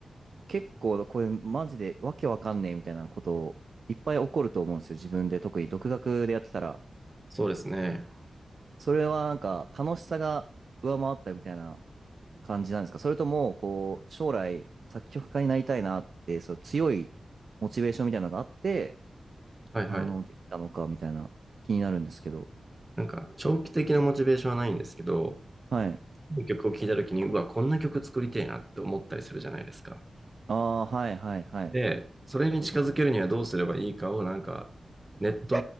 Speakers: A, on the right (about 65°); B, on the right (about 20°).
A: 結構これマジでわけわかんねえみたいなことをいっぱい起こると思うんですよ。自分で特に独学でやってたら。
B: そうですね。
A: それはなんか楽しさが上回ったみたいな感じなんですかそれとも、こう、将来、作曲家になりたいなって、そう、強いモチベーションみたいなのがあって、
B: はいはい。
A: あの、できたのか、みたいな、気になるんですけど。
B: なんか、長期的なモチベーションはないんですけど、
A: はい。
B: 曲を聴いたときに、うわ、こんな曲作りてえなって思ったりするじゃないですか。
A: ああ、はいはいはい。
B: で、それに近づけるにはどうすればいいかを、なんか、ネット、